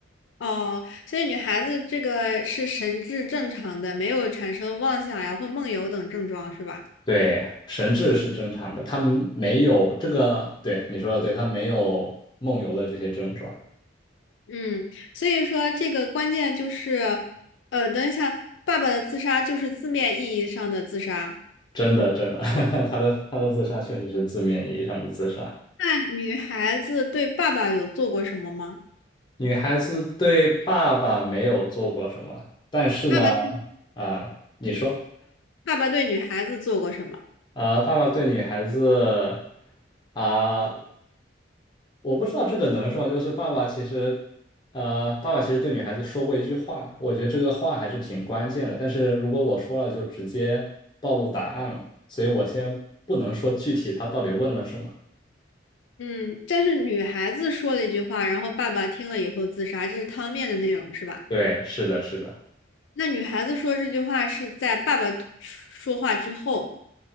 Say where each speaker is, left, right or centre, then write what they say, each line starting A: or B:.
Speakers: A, on the left; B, on the left.
A: 哦，所以女孩子这个是神志正常的，没有产生妄想呀或梦游等症状，是吧？
B: 对，神志是正常的，他们没有这个，对，你说的对，他没有梦游的这些症状，
A: 嗯，所以说这个关键就是，呃，等一下，爸爸的自杀就是字面意义上的自杀。
B: 真的真的，<laughs> 他的他的自杀确实是字面意义上的自杀。
A: 那女孩子对爸爸有做过什么吗？
B: 女孩子对爸爸没有做过什么，但是呢，
A: 爸爸对
B: 啊、你说，
A: 爸爸对女孩子做过什么？
B: 啊、爸爸对女孩子啊、我不知道这个能说吗就是爸爸其实，呃，爸爸其实对女孩子说过一句话，我觉得这个话还是挺关键的。但是如果我说了，就直接暴露答案了，所以我先不能说具体他到底问了什么。
A: 嗯，但是女孩子说了一句话，然后爸爸听了以后自杀，这是汤面的内容是吧？
B: 对，是的，是的，
A: 那女孩子说这句话是在爸爸说话之后，